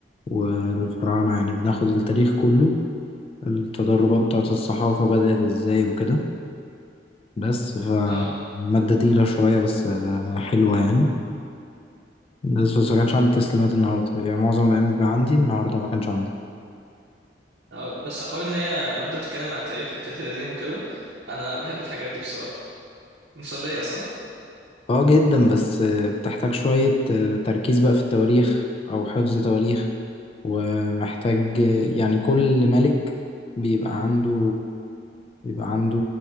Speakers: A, on the left; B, on the right.
A: والفراعنة يعني بناخد التاريخ كله التدرجات بتاعت الصحافة بدأت ازاي وكده بس فمادة
B: اه
A: تقيلة شوية بس آه، حلوة يعني بس بس ما كانش عندي تسليمات النهاردة يعني معظم الأيام بيبقى عندي النهاردة ما كانش عندي
B: اه بس حوار ان هي ماده بتتكلم عن التاريخ والتاريخ القديم وكده انا بحب الحاجات دي بصراحه مسليه صح
A: اه جدا بس آه، بتحتاج شوية آه، تركيز بقى في التواريخ أو حفظ تواريخ ومحتاج آه، يعني كل ملك بيبقى عنده بيبقى عنده